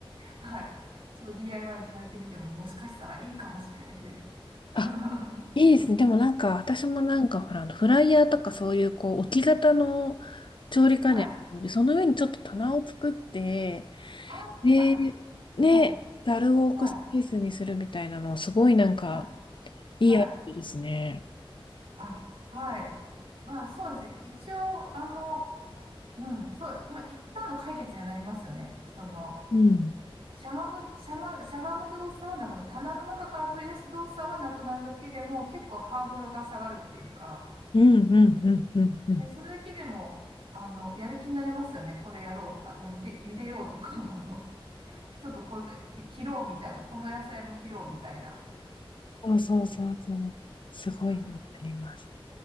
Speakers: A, on the right; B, on the left.
A: はい。ちょっと DIY されてみてももしかしたらいいかもしれないという。<laughs> は
B: あ、いいですね。でもなんか、私もなんか、ほら、あのフライヤーとかそういう、こう、置き型の調理家電あるので、
A: い。
B: その上にちょっと棚を作って、
A: あ、
B: で、
A: あ
B: ね、
A: はい。
B: ざるを置くスペースにするみたいなのは、
A: はい。
B: すごいなんか、
A: はい。
B: いいアイデアですね。
A: はい。あ、はい。まあそうですね。一応、あの、うん、そう、まあ一旦の解決にはなりますよね。その、
B: うん。
A: しゃがむ、しゃま、しゃがむ動作はなくなる。棚の中から取り出す動作はなくなるだけでも結構ハードルが下がるっていうか、
B: うんうんうんうんうん。
A: で、それだけでも、あの、やる気になりますよね。これやろう。あの、ゆで、ゆでようとか、<laughs> あの、ちょっとこれ、き切ろうみたいな。この野菜も切ろうみたいな。
B: そうそうそうそう。すごいになります。
A: <laughs>